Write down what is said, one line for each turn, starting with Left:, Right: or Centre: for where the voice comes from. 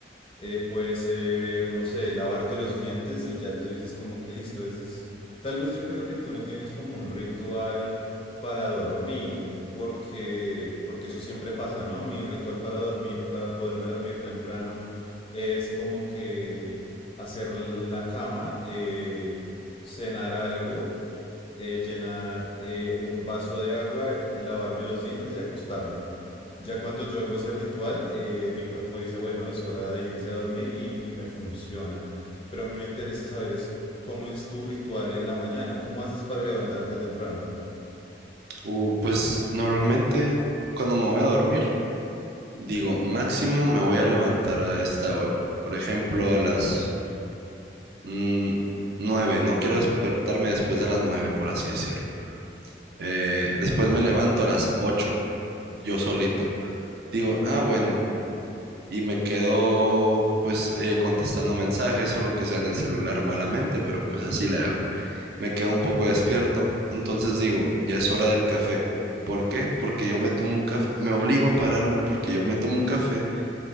Left: eh, puede ser, no sé, lavarte los dientes y ya tú dices como que listo, ese es... Tal vez yo creo que tú no tienes como un ritual para dormir, porque, porque eso siempre pasa, ¿no? Mi ritual para dormir, para poderme dormir temprano, es como que hacer la cama, eh, cenar algo eh, llenar eh, un vaso de agua, lavarme los dientes y acostarme. Ya cuando yo hago ese ritual, eh, mi cuerpo dice, bueno, es hora de irse a dormir y, y me funciona. Pero a mí me interesa saber es cómo es tu ritual en la mañana, cómo haces para levantarte temprano.
Right: Uh, pues normalmente cuando me voy a dormir, digo, máximo me voy a levantar a esta hora, por ejemplo, a las mm, nueve, no quiero despertarme después de las nueve, por así decirlo. Eh, después me levanto a las ocho, yo solito. Digo, ah, bueno. y me quedo pues eh, contestando mensajes o lo que sea en el celular malamente, pero pues así le hago. Me quedo un poco despierto, entonces digo, ya es hora del café. ¿Por qué? Porque yo me tomo un café, me obligo a pararme porque yo me tomo un café